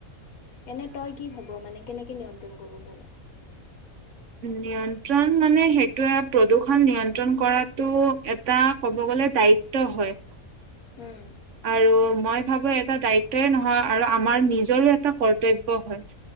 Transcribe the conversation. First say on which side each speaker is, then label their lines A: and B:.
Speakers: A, on the left; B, on the right.
A: এনে তই কি ভাব মানে কেনেকৈ নিয়ন্ত্ৰণ কৰিব পাৰি
B: নিয়ন্ত্ৰণ মানে সেইটোয়ে প্ৰদূষণ নিয়ন্ত্ৰণ কৰাতটো এটা ক'ব গ'লে দায়িত্ব হয়।
A: উম।
B: আৰু মই ভাবো এটা দায়িত্বই নহয় আৰু আমাৰ নিজৰো এটা কৰ্তব্য হয়।